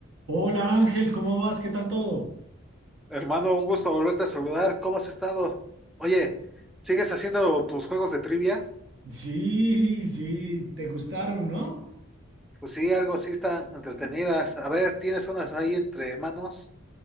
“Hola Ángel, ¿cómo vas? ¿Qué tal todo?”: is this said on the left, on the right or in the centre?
Right